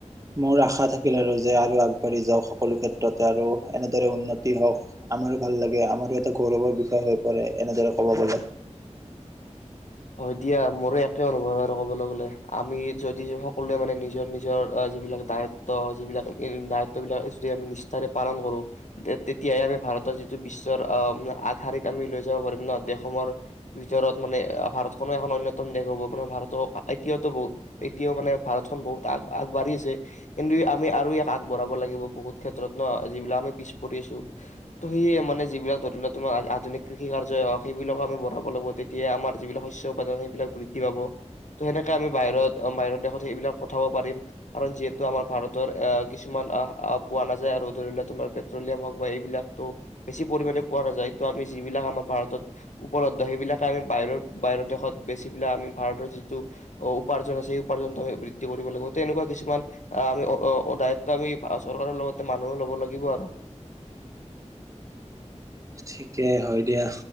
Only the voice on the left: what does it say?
হয় দিয়া মোৰ একে অনুভৱ আৰু কবলৈ গলে। আমি যদি সকলোৱে মানে নিজৰ নিজৰ যিবিলাক দায়িত্ব যিবিলাক দায়িত্ব বিলাক যদি আমি নিষ্ঠাৰে পালন কৰো তেতিয়ে আমি ভাৰতৰ যিটো বিশ্বৰ আহ আগশাৰত আমি লৈ যাব পাৰিম দেশৰ ভিতৰত মানে ভাৰতখনো এখন এন্যতম দেশ হ'ব ভাৰত এতিয়াতো বহুত এতিয়াও মানে ভাৰ খখন বহুত আগ আগবাঢ়ি আছে কিন্তু আমি আৰু ইয়াক আগবঢ়াব লাগিব বহুত ক্ষেত্ৰত ন যিবিলাক আমি পিছ পৰি আছো ত' সেয়ে মানে যিবিলাক ধৰি লোৱা তোম আধুনিক কৃষি কাৰ্য্যই হওক সেইবিলাকো আমি বঢ়াব লাগিব তেতিয়াই আমাৰ যিবিলাক শস্য উপাদান সেইবিলাক বৃদ্ধি পাব ত' সেনেকে আমি বাহিৰত বাহিৰৰ দেশত সেইবিলাক পঠাব পাৰিম কাৰণ যিহেতু আমাৰ ভাৰতৰ আহ কিছুমান পোৱা নাযায় আৰু ধৰি ল তোমাৰ পেট্ৰলিয়াম হওক বা এইবিলাক বেছি পৰিমাণে পোৱা নাযায় ত' আমি যিবিলাক আমাৰ ভাৰতত উপলব্ধ সেইবিলাকে আমি বাহিৰৰ বাহিৰৰ দেশত বেচি পেলাই আমি ভাৰতৰ যিটো উপাৰ্জন আছে সেই উপাৰ্জনটো আমি বৃদ্ধি কৰিব লাগিব তে এনেকুৱা কিছুমান আহ আমি অদায়ত্ব আমি চৰকাৰৰ লগতে মানুহে লব লাগিব আৰু